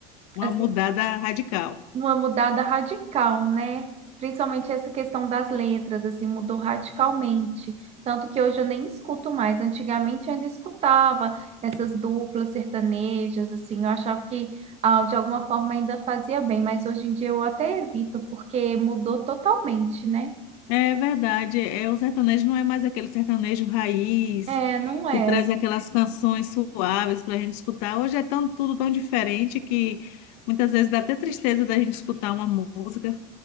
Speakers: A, on the left (about 75°); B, on the right (about 30°).
A: uma
B: assim
A: mudada radical.
B: uma mudada radical, né? Principalmente essa questão das letras, assim, mudou radicalmente. Tanto que hoje eu nem escuto mais. Antigamente eu ainda escutava essas duplas sertanejas, assim, eu achava que ah, de alguma forma ainda fazia bem, mas hoje em dia eu até evito, porque mudou totalmente, né?
A: É verdade, é, o sertanejo não é mais aquele sertanejo raiz
B: É, não é?
A: que traz aquelas canções suaves para a gente escutar. Hoje é tão, tudo tão diferente que muitas vezes dá até tristeza da gente escutar uma música.